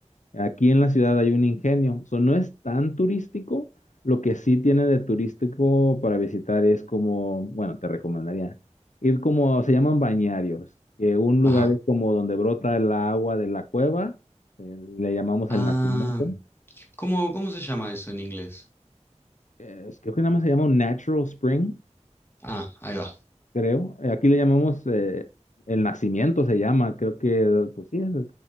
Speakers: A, on the left; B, on the left.
A: Aquí en la ciudad hay un ingenio. O no es tan turístico. Lo que sí tiene de turístico para visitar es como, bueno, te recomendaría ir como, se llaman bañarios, que un
B: ajá.
A: lugar es como donde brota el agua de la cueva, eh, le llamamos
B: Ah,
A: el nacimiento.
B: ¿cómo, cómo se llama eso en inglés?
A: Eh, creo que nada más se llama un natural spring
B: Ah, ahí va.
A: creo. Eh, Aquí le llamamos eh, el nacimiento, se llama, creo que, pues sí, es-